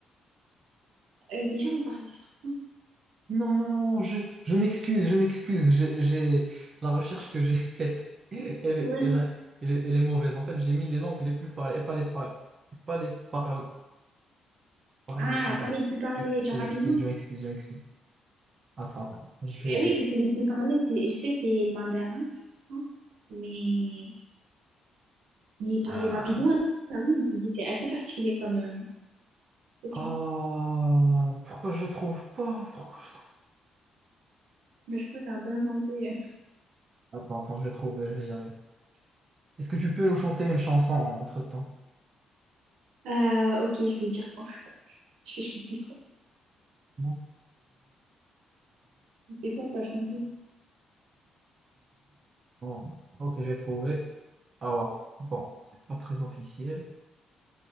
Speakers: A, on the right (about 85°); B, on the right (about 40°).
A: euh, déjà, on parlait sur quoi?
B: Non, non, non, je, je m'excuse, je m'excuse. J'ai, j'ai- La recherche que j'ai faite, elle, est-
A: Ouais.
B: elle, a- elle, est elle est mauvaise. En fait, j'ai mis les langues les plus parlées, et pas les, par- pas les par- parlées
A: Ah,
B: les plus vite.
A: pas les plus parlés,
B: Je, je
A: genre
B: m'excuse,
A: rapidement.
B: je m'excuse, je m'excuse. Attends, je
A: Ben
B: vais...
A: oui, parce que les plus parlés, c'est, je sais, c'est le mandarin, je crois. Mais, mais parler
B: euh,
A: rapidement, là, je me suis dit, c'est assez particulier comme euh, question.
B: Ah, pourquoi je trouve pas? Pourquoi je trouve
A: Mais je crois que t'as un peu inventé.
B: pas? Attends, attends, je vais trouver, je vais y arriver. Est-ce que tu peux nous chanter une chanson entre-temps?
A: Euh, ok, je vais dire quoi? <laughs> Je vais chanter quoi?
B: Non.
A: Je sais pas quoi chanter.
B: Bon, ok, j'ai trouvé Alors, bon, c'est pas très officiel.